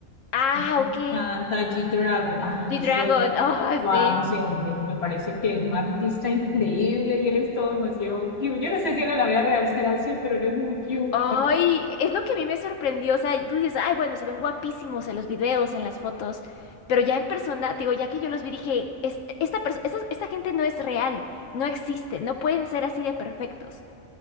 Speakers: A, on the left (about 90°); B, on the left (about 55°).
A: Ah,
B: Me encanta
A: ok.
B: G-Dragon. Ah,
A: G-Dragon,
B: yo soy.
A: <laughs> oh,
B: Yo
A: sí.
B: amo ese hombre. Me parece que es un artista increíble y él es todo demasiado cute. Yo no sé si en la vida real será así, pero él es muy cute,
A: Ay, es lo que a mí me sorprendió, o sea, tú dices, ay, bueno, se ven guapísimos en los videos, en las fotos, pero ya en persona, te digo, ya que yo los vi, dije, "Es- esta, perso- esta, esta gente no es real, no existe, no pueden ser así de perfectos.